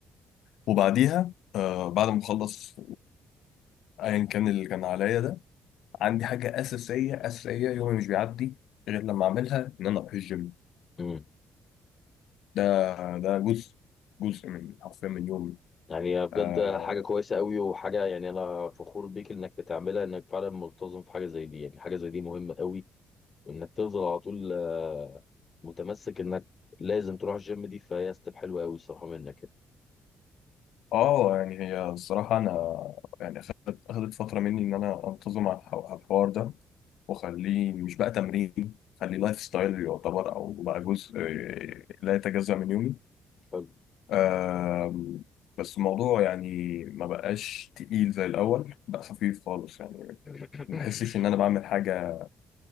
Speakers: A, on the left; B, on the left.
A: وبعديها آه، بعد ما اخلص ايا كان اللي كان عليا ده عندي حاجه اساسيه اساسيه يومي مش بيعدي غير لما اعملها ان انا اروح الجيم
B: امم
A: ده ده جزء جزء من حرفيا من يومي
B: يعني بجد
A: آه,
B: حاجه كويسه قوي وحاجه يعني انا فخور بيك انك بتعملها انك فعلا ملتزم في حاجه زي دي يعني حاجه زي دي مهمه قوي وانك تفضل على طول آه، متمسك انك لازم تروح الجيم دي فهي ستيب حلوه قوي الصراحه منك يعني.
A: اه يعني هي الصراحة أنا يعني أخدت أخدت فترة مني إن أنا أنتظم على الح- على الحوار ده وأخليه مش بقى تمرين خليه لايف ستايل يعتبر أو بقى جزء آه، لا يتجزأ من يومي
B: حلو
A: آه, بس الموضوع يعني ما بقاش تقيل زي الأول بقى خفيف خالص يعني
B: <coughs>
A: ما بحسش إن أنا بعمل حاجة